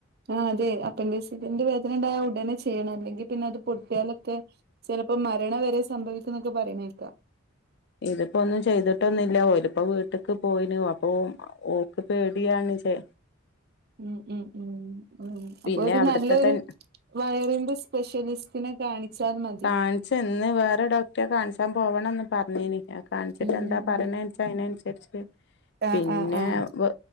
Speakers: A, on the right; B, on the left.
A: ആ അതെ അപ്പെൻഡിസിന്റെ വേദന ഉണ്ടായാൽ ഉടനെ ചെയ്യണം അല്ലെങ്കിൽ പിന്നെ അത് പൊട്ടിയാലൊക്കെ ചെലപ്പോ മരണം വരെ സംഭവിക്കും എന്നൊക്കെ പറയണേക്കാം
B: ഇതിപ്പോ ഒന്നും ചെയ്തിട്ടൊന്നില്ല ഓലിപ്പോ വീട്ടക്ക് പോയിനു അപ്പൊ ഓക്ക് പേടിയാണ് ചെ
A: ഉ ഉ ഉ ഉ
B: പിന്നെ
A: അപ്പൊ ഒരു
B: അവിടുത്തെ
A: നല്ലൊരു
B: തൻ
A: വയറിന്റെ സ്പെഷ്യലിസ് പിന്നെകാണിച്ചാർന്നോ
B: കാണിച്ച് ഇന്ന് വേറെ ഡോക്ടറെ കാണിച്ചാൻ പോവണംന്ന് പറഞ്ഞീനി ന്നെ കാണിച്ചിട്ട്
A: ഉം
B: എന്താ
A: ഉം
B: പറയണെച്ചാ
A: ഉം
B: അതിനനുസരിച്ച്
A: ആഹ്
B: പിന്നെ
A: ആഹ് ആഹ്
B: വെ